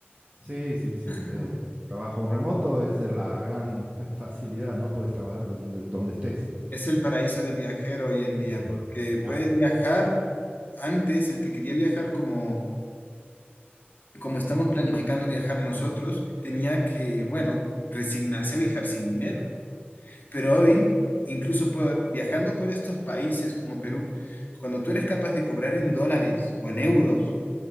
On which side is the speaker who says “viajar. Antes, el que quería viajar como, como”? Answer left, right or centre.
Left